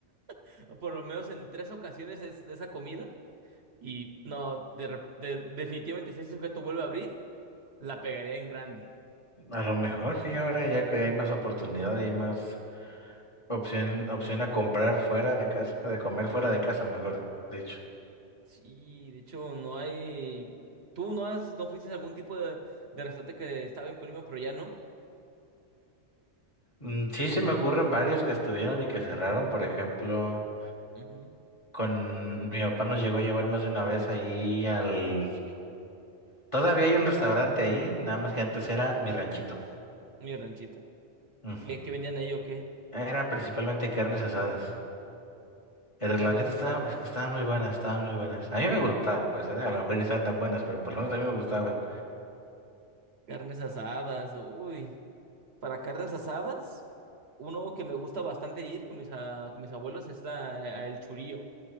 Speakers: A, on the right (about 65°); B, on the left (about 25°).
A: <laughs> por lo menos en tres ocasiones es- esa comida. Y no, de re- de- definitivamente si ese sujeto vuelve a abrir, la pegaría en grande.
B: A lo mejor sí, ahora ya que hay más oportunidad y hay más opción, opción a comprar fuera de casa, de comer fuera de casa, mejor dicho.
A: Sí, de hecho no hay... ¿Tú no has, no fuiste a algún tipo de, de restaurante que estaba en Colima, pero ya no?
B: Mm, Sí, se me ocurren varios que estuvieron y que cerraron. Por ejemplo,
A: Ujú.
B: con mi papá nos llegó a llevar más de una vez ahí al... Todavía hay un restaurante ahí, nada más que antes era Mi Ranchito.
A: Mi ranchito.
B: Ujú.
A: ¿Qué, qué vendían ahí o qué?
B: Era principalmente carnes asadas. Pero
A: Carnes
B: la neta
A: asadas.
B: estaba- estaban muy buenas, estaban muy buenas. A mí me gustaba, pues, ¿eh? A lo mejor ni estaban tan buenas, pero por lo menos a mí me gustaban.
A: Carnes asadas, uy. Para carnes asadas, uno que me gusta bastante ir con mis, a- con mis abuelos es la, a el churío.